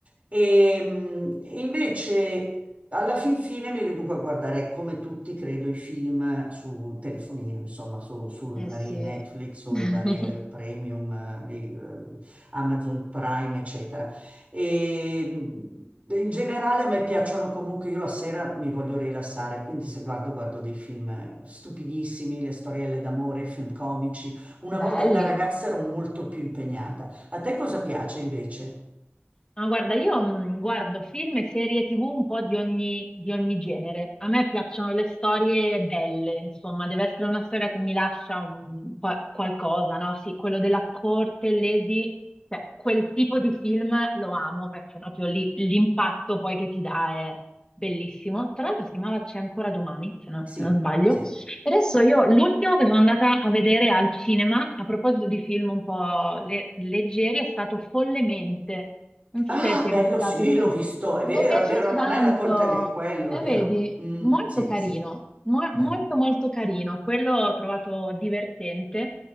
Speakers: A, on the right; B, on the left.
A: E, mh, invece alla fin fine mi riduco a guardare, come tutti credo, i film su telefonino, insomma, su- sui
B: Eh
A: vari
B: sì.
A: Netflix o
B: <laughs>
A: i vari eh, premium, eh, di, eh, Amazon Prime, eccetera. E in generale a me piacciono comunque, io la sera mi voglio rilassare, quindi se guardo, guardo dei film stupidissimi, le storielle d'amore, i film comici. Una
B: Belli.
A: volta da ragazza ero molto più impegnata. A te cosa piace invece?
B: Ma guarda, io mh, guardo film e serie TV un po' di ogni, di ogni genere. A me piacciono le storie belle, insomma, deve essere una storia che mi lascia un qua- qualcosa, no? Sì, quello della corte, l'Esi, cioè, quel tipo di film lo amo perché proprio lì- l'impatto poi che ti dà è bellissimo. Tra l'altro si chiamava C'è ancora domani, se non
A: Sì,
B: se non sbaglio.
A: sì.
B: Adesso io l'ultimo che sono andata a vedere al cinema, a proposito di film un po' le- leggeri, è stato Follemente. Non so
A: Ah,
B: se ti
A: bello,
B: è capitato
A: sì,
B: di vedere.
A: l'ho visto, è
B: Mi
A: vero,
B: è piaciuto
A: è vero, non
B: tanto.
A: è la coltelletta, è quello,
B: E
A: è vero.
B: vedi,
A: Mm,
B: Molto
A: sì,
B: carino,
A: sì,
B: mo-
A: bello,
B: molto molto carino, quello ho trovato divertente.